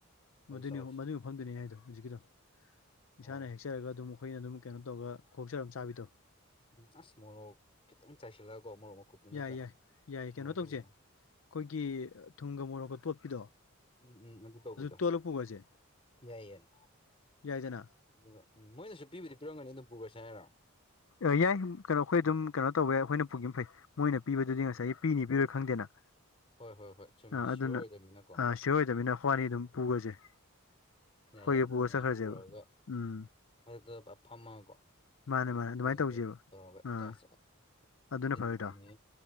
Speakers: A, on the left; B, on the left.
A: ꯑꯗꯨ
B: ꯃꯗꯨꯅꯤ
A: ꯆꯥꯎꯁꯤ
B: ꯃꯗꯨꯏ ꯃꯐꯝꯗꯨꯅꯤ ꯍꯥꯏꯗꯣ ꯍꯧꯖꯤꯛꯀꯤꯗꯣ
A: ꯑꯣ
B: ꯏꯁꯥꯅ ꯍꯦꯛꯆꯔꯒ ꯑꯗꯨꯝ ꯑꯩꯈꯣꯏꯅ ꯑꯗꯨꯝ ꯀꯩꯅꯣ ꯇꯧꯔꯒ ꯈꯣꯛꯆꯔꯒ ꯆꯥꯕꯤꯗꯣ
A: ꯎꯝ ꯑꯁ ꯃꯣꯔꯣꯛ ꯈꯤꯇꯪ ꯆꯥꯏꯁꯤꯜꯂꯒꯀꯣ ꯃꯣꯔꯣꯛ ꯃꯀꯨꯞꯇꯣ ꯅꯠꯇ꯭ꯔꯥ
B: ꯌꯥꯏ ꯌꯥꯏ ꯌꯥꯏ
A: ꯃꯣꯔꯣꯛ
B: ꯀꯩꯅꯣ
A: ꯑꯁꯨꯨꯕꯗꯣ
B: ꯇꯧꯁꯦ ꯑꯩꯈꯣꯏꯒꯤ ꯊꯨꯝꯒ ꯃꯣꯔꯣꯛꯀ ꯇꯣꯠꯄꯤꯗꯣ
A: ꯎꯝ ꯎꯝ ꯑꯗꯨ ꯇꯧꯕꯤꯗꯣ
B: ꯇꯣꯠꯂ ꯄꯨꯈ꯭ꯔꯁꯦ
A: ꯌꯥꯏ ꯌꯥꯏ
B: ꯌꯥꯏꯗꯅ
A: ꯑꯗꯨꯒ ꯎꯝ ꯃꯣꯏꯅꯁꯨ ꯄꯤꯕꯨꯗꯤ ꯄꯤꯔꯝꯒꯅꯤ ꯑꯗꯨꯝ ꯄꯨꯒꯔꯁꯤ ꯍꯥꯏꯔꯣ
B: ꯑꯦ ꯌꯥꯏ ꯀꯩꯅꯣ ꯈꯣꯏ ꯗꯨꯝ ꯀꯅꯣ ꯇꯧꯕ ꯌꯥꯏ ꯑꯩꯈꯣꯏꯅ ꯄꯨꯒꯤꯝꯅꯥ ꯐꯩ ꯃꯣꯏꯅ ꯄꯤꯕꯗꯨꯗꯤ
A: ꯑꯩꯈꯣꯏ
B: ꯉꯁꯥꯏꯒꯤ ꯄꯤꯅꯤ ꯄꯤꯔꯣꯏ ꯈꯪꯗꯦꯅꯥ
A: ꯍꯣꯏ ꯍꯣꯏ ꯍꯣꯏ ꯆꯨꯝꯃꯤ
B: ꯑ
A: ꯁꯤꯌꯣꯔ
B: ꯑꯗꯨꯅ
A: ꯑꯣꯏꯗꯕꯅꯤꯅꯀꯣ
B: ꯑ ꯁꯤꯑꯣꯔ ꯑꯣꯏꯗꯝꯅꯤꯅ ꯑꯈꯣꯏꯕꯅꯤ ꯑꯗꯨꯝ ꯄꯨꯒ꯭ꯔꯖꯦ
A: ꯎꯝ
B: ꯑꯩꯈꯣꯏꯒꯤ
A: ꯌꯥꯏ ꯌꯥꯏ
B: ꯄꯨꯔ
A: ꯑꯗꯨꯃꯥꯏꯅ
B: ꯆꯠꯈ꯭ꯔꯖꯦꯕ
A: ꯄꯨꯔꯒ
B: ꯎꯝ
A: ꯃꯊꯛꯇ ꯐꯝꯃꯒꯀꯣ
B: ꯃꯥꯟꯅꯦ ꯃꯥꯟꯅꯦ ꯑꯗꯨꯃꯥꯏ
A: ꯃꯣꯏꯗꯩ
B: ꯇꯧꯖꯦꯕ
A: ꯇꯧꯔꯒ
B: ꯑ
A: ꯆꯥꯁꯦ ꯍꯣꯏ
B: ꯑꯗꯨꯅ
A: ꯆꯤꯟꯕꯨ
B: ꯐꯔꯣꯏꯗ꯭ꯔꯣ
A: ꯆꯨꯝꯃꯦ